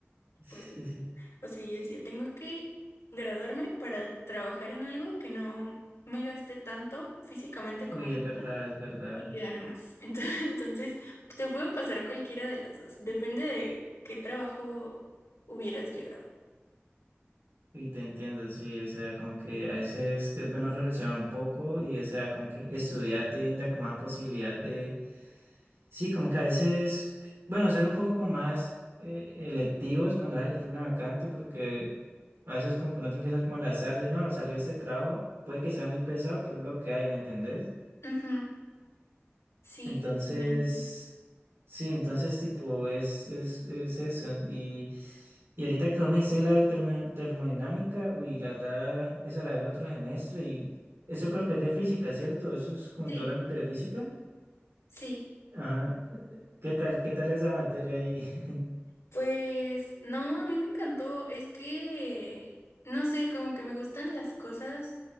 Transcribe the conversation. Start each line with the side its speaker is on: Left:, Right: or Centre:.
Right: <laughs>
Left: pues, sí. o sea, yo decía, tengo que graduarme para trabajar en algo que no me gaste tanto físicamente como
Right: Uy,
Left: esto
Right: es verdad, es verdad.
Left: y que gane más. <laughs> Entonces, entonces, te puede pasar cualquiera de las dos. Depende de qué trabajo hubieras llegado.
Right: Y te entiendo, sí, o sea, como que a veces es bueno reflexionar un poco y, o sea, como que estudiar te brinda como esa posibilidad de, sí, como que a veces, bueno, ser un poco como más eh, electivos cuando vas a elegir una vacante, porque a veces como que no tiene que ser como al azar de, no, salió este trabajo, puede que sea muy pesado, pero es lo que hay, ¿me entendés?
Left: Ujú, Sí,
Right: Entonces,
Left: totalmente.
Right: sí, entonces tipo es, es, es eso. Y, y ahorita que vos me dices la termo- termodinámica, uy, la verdad, esa la veo el otro semestre y eso creo que es de física, ¿cierto? Eso es como
Left: Sí,
Right: todo el ámbito de física.
Left: sí.
Right: Ajá. ¿Qué tal? ¿Qué tal esa materia ahí? <laughs>
Left: Pues no, a mí me encantó. Es que, no sé, como que me gustan las cosas.